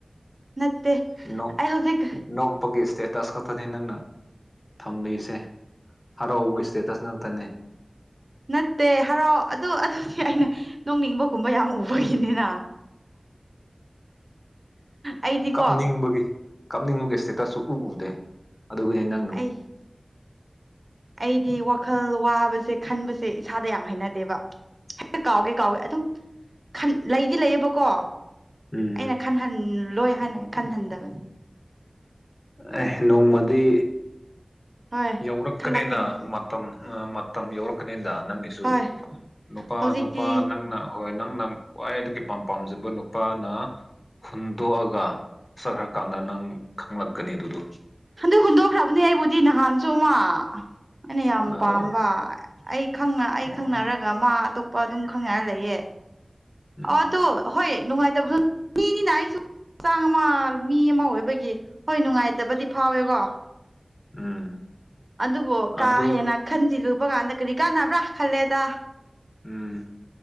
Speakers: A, on the right; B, on the left.
A: ꯅꯠꯇꯦ
B: ꯅꯣꯛ
A: ꯑꯩ ꯍꯧꯖꯤꯛ
B: ꯅꯣꯛꯄꯒꯤ ꯏꯁꯇꯦꯇꯁ ꯈꯛꯇꯅꯤ ꯅꯪꯅ ꯊꯝꯂꯤꯁꯦ ꯍꯔꯥꯎꯕ ꯏꯁꯇꯦꯇꯁ ꯉꯥꯛꯇꯅꯦ
A: ꯅꯠꯇꯦ ꯍꯔꯥꯎ ꯑꯗꯨ ꯑꯗꯨꯗꯤ ꯑꯩꯅ ꯅꯣꯡꯅꯤꯡꯕ ꯀꯨꯝꯕ ꯌꯥꯝ ꯎꯕꯒꯤꯅꯤꯅ ꯑꯩꯗꯤꯀꯣ
B: ꯀꯞꯅꯤꯡꯕꯒꯤ ꯀꯞꯅꯤꯡꯕꯒꯤ ꯏꯁꯇꯦꯇꯁꯁꯨ ꯎ ꯎꯗꯦ ꯑꯗꯨꯕꯨꯗꯤ ꯅꯪ
A: ꯑꯩ ꯑꯩꯗꯤ ꯋꯥꯈꯜ ꯋꯥꯕꯁꯦ ꯈꯟꯕꯁꯦ ꯏꯁꯥꯗ ꯌꯥꯝ ꯍꯩꯅꯗꯦꯕ ꯍꯦꯛꯇ ꯀꯥꯎꯒꯦ ꯀꯥꯎꯒꯦ ꯑꯗꯨꯝ ꯈꯟ ꯂꯩꯗꯤ ꯂꯩꯌꯦꯕꯀꯣ
B: ꯎꯝ
A: ꯑꯩꯅ ꯈꯟꯍꯟꯂꯣꯏ ꯍꯥꯏꯅ ꯈꯟꯍꯟꯗꯕꯅꯤ
B: ꯑꯦ ꯅꯣꯡꯃꯗꯤ
A: ꯍꯣꯏ
B: ꯌꯧꯔꯛꯀꯅꯦꯗ
A: ꯈꯜꯂꯛꯀꯅꯤ
B: ꯃꯇꯝ ꯃꯇꯝ ꯌꯧꯔꯛꯀꯅꯤꯗ ꯅꯪꯒꯤ ꯁꯨ
A: ꯍꯣꯏ
B: ꯅꯨꯄꯥ
A: ꯍꯧꯖꯤꯛꯇꯤ
B: ꯅꯨꯄꯥ ꯅꯪꯅ ꯍꯣꯏ ꯅꯪꯅ ꯈ꯭ꯋꯥꯏꯗꯒꯤ ꯄꯥꯝ ꯄꯥꯝꯖꯕ ꯅꯨꯄꯥꯅ ꯍꯨꯟꯗꯣꯛꯑꯒ ꯆꯠꯈ꯭ꯔꯀꯥꯟꯗ ꯅꯪ ꯈꯪꯂꯛꯀꯅꯤ ꯑꯗꯨꯗꯣ
A: ꯍꯟꯗꯛ ꯍꯨꯟꯗꯣꯛꯈ꯭ꯔꯕꯅꯦ ꯑꯩꯕꯨꯗꯤ ꯅꯍꯥꯟꯁꯨ ꯑꯃ ꯑꯩꯅ ꯌꯥꯝ
B: ꯀꯅꯥꯔꯣ
A: ꯄꯥꯝꯕ ꯑꯩ ꯈꯪꯅ ꯑꯩ
B: ꯑꯣ
A: ꯈꯪꯅꯔꯒ ꯃꯥ ꯑꯇꯣꯞꯄ ꯑꯗꯨꯝ ꯈꯪꯅꯔ ꯂꯩꯌꯦ
B: ꯎꯝ
A: ꯑꯗꯣ ꯍꯣꯏ ꯅꯨꯡꯉꯥꯏꯇꯕ ꯃꯤꯅꯤꯅ ꯑꯩꯁꯨ ꯆꯥꯡ ꯑꯃ ꯃꯤ ꯑꯃ ꯑꯣꯏꯕꯒꯤ ꯍꯣꯏ ꯅꯨꯡꯉꯥꯏꯇꯕꯗꯤ ꯐꯥꯎꯋꯦꯒꯣ
B: ꯎꯝ
A: ꯑꯗꯨꯕꯨ ꯀꯥ
B: ꯑꯗꯨ
A: ꯍꯦꯟꯅ ꯈꯟꯖꯤꯜꯂꯨꯕ ꯀꯥꯟꯗ ꯀꯔꯤ ꯀꯥꯟꯅꯕ꯭ꯔꯥ ꯈꯜꯂꯦꯗ
B: ꯎꯝ